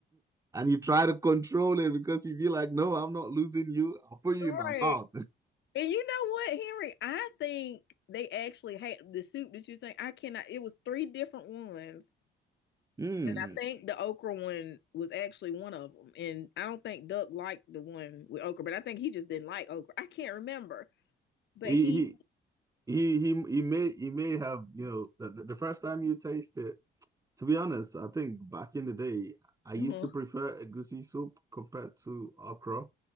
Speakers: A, on the right (about 15°); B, on the left (about 65°).
A: you try to control it because you feel like, no, I'm not losing you. I'll put you
B: Right.
A: in my mouth.
B: And you know what, Henry? I think they actually had the soup that you think I cannot. It was three different ones
A: Mm.
B: And I think
A: <laughs>
B: the okra one was actually one of them. And I don't think Duck liked the one with okra, but I think he just didn't like okra. I can't remember. But
A: He
B: he,
A: he he he, he may he may have, you know, the, the first time you taste it, to be honest, I think back in the day, I
B: <laughs>
A: used to prefer a goosey soup compared to okra.